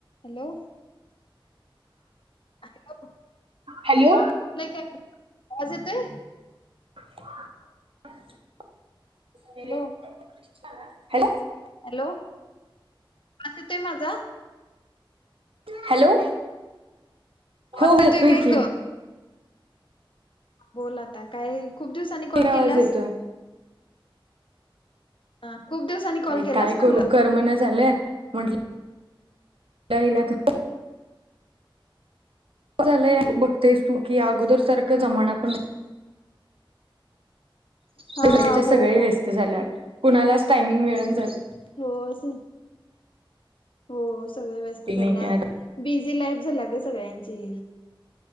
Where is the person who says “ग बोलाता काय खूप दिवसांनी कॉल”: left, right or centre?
Left